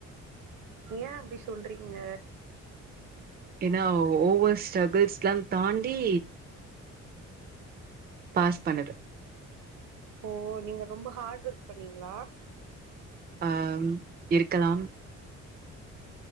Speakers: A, on the right; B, on the right.
A: ஏ அப்டி சொல்றீங்க
B: ஏன்னா ஓவர் ஸ்ட்ரகுள்ஸ்லா தாண்டி பாஸ் பண்ணது
A: ஓ நீங்க ரொம்ப ஹார்ட் ஒர்க் பண்ணீங்ளா
B: ஆ இருக்கலாம்